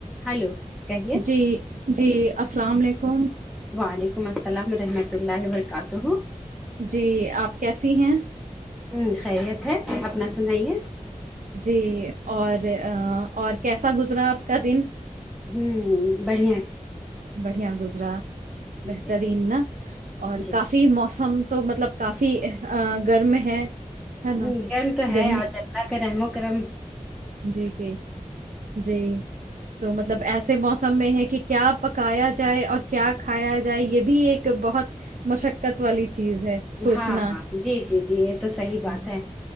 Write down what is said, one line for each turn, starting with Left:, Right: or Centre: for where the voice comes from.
Centre: Hello کہیے
Right: جی <inaudible>
Centre: وعلیکم السلام رحمۃ اللہ و ببرکاتہ
Right: جی آپ کیسے ی ہیں
Centre: ہوں خیریت ہے اپنا سنائیے
Right: جی اور اور کیسا گزرا آپ کا دن
Centre: ہوں بڑیا
Right: بڑھیا گزرا بہترین
Centre: جی
Right: نا اور
Centre: جی
Right: کافی
Centre: ہ
Right: موسم تو مطلب کافی گرم ہے ہے
Centre: ہ
Right: نا
Centre: گرم تو ہے
Right: گرمی
Centre: آج اللہ کے رموں ا کررم
Right: جی جی جی تو مطلب
Centre: جی
Right: ایسے موسم سم میں ہے کہ کیا پکایا جائے اور کیا کھایا جائے یہ بھی ایک بہت مشقت والی چیز ہے سوچنا
Centre: ہاں ہاں جی جی جی یہ تو صحیح
Right: جی
Centre: بات ہے